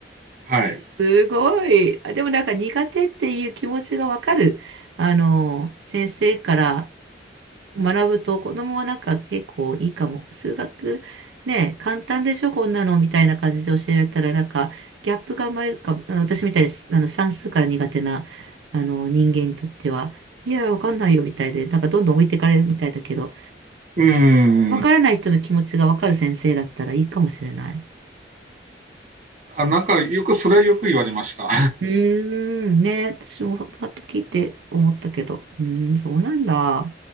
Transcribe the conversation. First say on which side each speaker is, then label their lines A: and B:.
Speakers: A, on the right; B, on the right.
A: はい。
B: すごい。あ、でもなんか苦手っていう気持ちがわかる。あの、先生から学ぶと子供はなんか結構いいかも。数学ね、簡単でしょ、こんなのみたいな感じで教えられたらなんかギャップが生まれるかも。あの私みたいにすあの算数から苦手なあの人間にとっては、いや、わかんないよみたいで、なんかどんどん置いてかれるみたいだけど、
A: うー
B: わからない人の気持ちがわかる先生だったらいいかもしれない。
A: ん。あ、なんかよく、それはよく言われました。
B: うーん、ね、私もパッと聞いて思ったけど、うーん、そうなんだ。